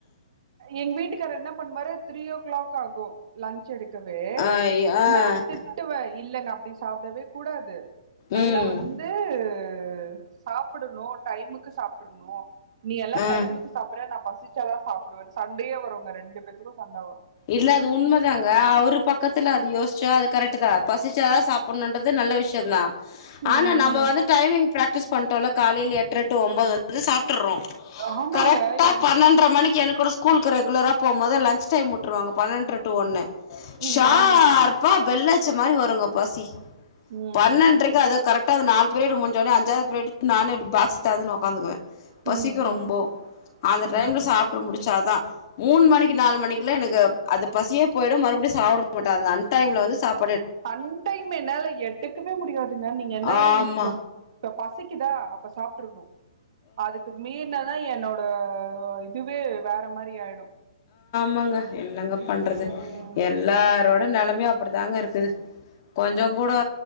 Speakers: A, on the right (about 50°); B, on the left (about 40°).
A: எங் வீட்டுக்காரு என்ன பண்வாரு த்ரீ ஓ கிளாக் ஆகு லன் ச் எடுக்கவே
B: ஆ ஆ ஆ ஆ
A: நா திட்டுவே இல்லங்க அப்டி சாப்டவே கூடாது நல்லா
B: ம்
A: வந்து து சாப்புடுனு டைமுக்கு சாப்ட்டுணும் சாப்ட்ருனு நீயெல்லா
B: ஆ
A: டைமுக்கு சாப்புர்ற நா பசிச்சாதா சாப் கு சண்டையே வருங்க ரெண்டு பேத்துக்கு சண்ட வரு
B: இல்ல அது உண்மதாங்க அவரு பக்கத்துல அது யோசிச்சா அது கரெக்ட தா பசிச்சாதா சாப்பிட்ணுன்றது நல்ல விஷயொ தா ஆனா
A: ம்
B: நம்ப வந்து டைமிங் பிராக்டிஸ் பண்டோல காலையில எட்ர டு ஒன்பது வந்து சாப் ட்றோ
A: ஆமாங்க
B: கரெக்டா
A: எ
B: பன்னெண்டர மணிக்கு எனக்கொரு ஸ்கூலுக்கு ரெகுலரா போம் போது லஞ்ச் டைம் ட்ருவாங்க பன்னெண்டு டு ஒன்னு
A: ம் ம்
B: ஷார்ப்பா
A: ம்
B: பெல்ல ச்ச மாரி வருங்க பசி
A: ம்
B: பன்னென்றக்கு அது கரெக்ட அது நாலு பீரியட் மூடிஞ்சொனே அஞ்சாவது பீரியட் நான் எட்டு பாக்ஸ் தெரந்துனு ஒக்காந்துக்குவே பசிக்கு
A: ம் ம் ம்
B: ரொம்பொ அந்த
A: ம்
B: டைம்ல சாப்ட்டு முடிச்சாதா மூணு மணிக்கு நாலு மணி எனக்கு அது பசியே போ ய்டு மறுபடியு சாப்பிட மாட்டா அந்த அன் டைம்ல வந்து சாப்
A: அன் டைம் என்னால எடுக்கவே முடியாதுங்க நீங்க என்னதா
B: ஆமா
A: நனச்சுக்கோங் இப்ப பசிக்குதா அப்ப சாப்ட்றணு அதுக்கு மீறுதா என்னோ ட இ இதுவே வேற மாரி ஆயிடு
B: மங்க என்னங்க
A: ம்
B: பண்றது எல்லாரோட நெலமயு அப்டித்தாங்க இருக் க்குது கொஞ்சொ கூடா